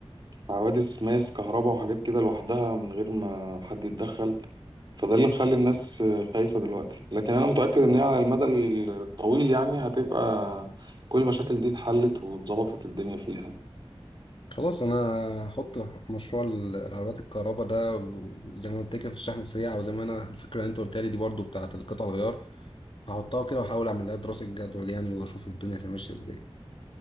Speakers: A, on the right; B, on the left.
A: حوادث ماس كهرباء وحاجات كده لوحدها من غير ما حد يتدخل فده اللي مخلي الناس آه، خايفة دلوقتي لكن انا متأكد ان هي على المدى الطويل يعني هتبقى كل المشاكل دي اتحلت واتظبطت الدنيا فيها
B: خلاص انا هحط مشروع العربيات الكهرباء ده وزي ما قلت كده في الشحن السريع وزي ما انا الفكره اللي انت قلت لي دي برضو بتاعه القطع الغيار هحطها كده واحاول اعمل لها دراسه جدول يعني واشوف الدنيا تبقى ماشيه ازاي